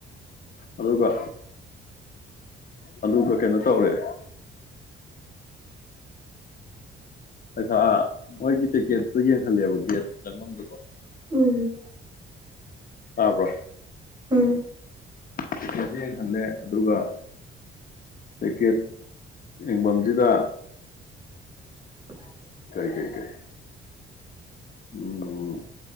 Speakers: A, on the left (about 45°); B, on the right (about 20°).
A: ꯑꯗꯨꯒ ꯑꯗꯨꯒ ꯀꯩꯅꯣ ꯇꯧꯔꯦ ꯑꯩꯩꯁꯥ ꯃꯣꯏꯒꯤ ꯇꯤꯛꯀꯦꯠꯇꯨ ꯌꯦꯡꯍꯜꯂꯦꯕ ꯒꯦꯠ ꯆꯪꯐꯝꯗꯨꯀꯣ
B: ꯎꯝ
A: ꯇꯥꯕ꯭ꯔꯣ
B: ꯎꯝ
A: ꯇꯤꯀꯦꯠꯁ ꯌꯦꯡꯍꯜꯂꯦ ꯑꯗꯨꯒ ꯇꯤꯀꯦꯠ ꯌꯦꯡꯐꯝꯁꯤꯗ
B: ꯑꯟꯑꯣꯗꯤꯕꯜ
A: ꯀꯩ ꯀꯩ ꯀꯩ ꯎꯝ ꯎꯝ